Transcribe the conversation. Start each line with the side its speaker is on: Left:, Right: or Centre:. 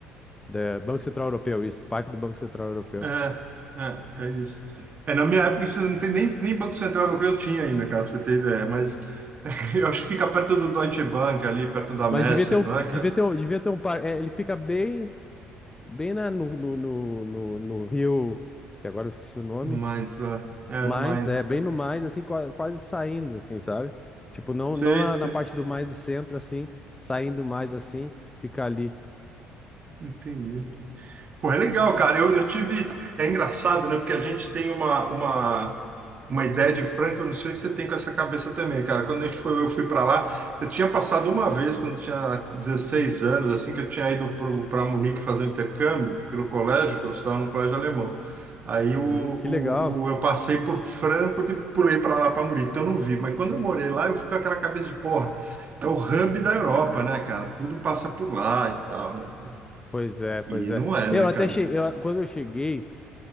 Left: da. Banco Central Europeu, isso. Parque do Banco Central Europeu.
Right: É, é, é isso. É, na minha época, isso não tem nem, nem Banco Central Europeu tinha ainda, cara, pra você ter ideia. Mas <laughs> eu acho que fica perto do Deutsche Bank, ali perto da
Left: Mas
Right: Messe,
Left: devia ter um.
Right: não é,
Left: Devia
Right: cara?
Left: ter um, devia ter um parque. é, ele fica bem. Bem na, no, no, no, no no Rio. Que agora eu esqueci o nome.
Right: No Mainz lá. É,
Left: Mas,
Right: no Mainz.
Left: é, bem no mais, assim, qua- quase saindo, assim, sabe? Tipo, não,
Right: Sei,
Left: não na,
Right: sei.
Left: na parte do mais do centro, assim, saindo mais, assim, fica ali.
Right: Entendi. Pô, é legal, cara. Eu, eu tive. É engraçado, né? Porque a gente tem uma, uma, uma ideia de Franca, eu não sei se você tem com essa cabeça também, cara. Quando a gente foi, eu fui para lá, eu tinha passado uma vez, quando eu tinha 16 anos, assim, que eu tinha ido para Munique fazer um intercâmbio pelo colégio, que eu estava no colégio alemão. Aí
Left: Uhum,
Right: o, o,
Left: que legal.
Right: o- eu passei por Frankfurt e pulei para lá, para Munique, então eu não vi. Mas quando eu morei lá, eu fui com aquela cabeça de porra. É o hub da Europa, né, cara? Tudo passa por lá e tal, né? cara?
Left: Pois é, pois
Right: E
Left: é.
Right: não é,
Left: Eu
Right: né,
Left: até
Right: cara?
Left: cheguei, eu- quando eu cheguei,